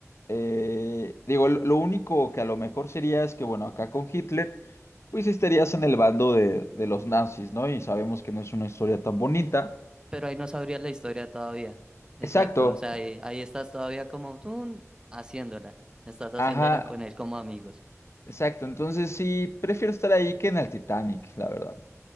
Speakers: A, on the left; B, on the right.
A: Eh, digo, lo lo único que a lo mejor sería es que, bueno, acá con Hitler. pues estarías en el bando de, de los nazis, ¿no? Y sabemos que no es una historia tan bonita.
B: Pero ahí no sabrías la historia todavía. Exacto.
A: Exacto,
B: O sea, ahí, ahí estás todavía como tú haciéndola. Estás haciéndola
A: ajá,
B: con él como amigos.
A: exacto. Entonces sí, prefiero estar ahí que en el Titanic, la verdad.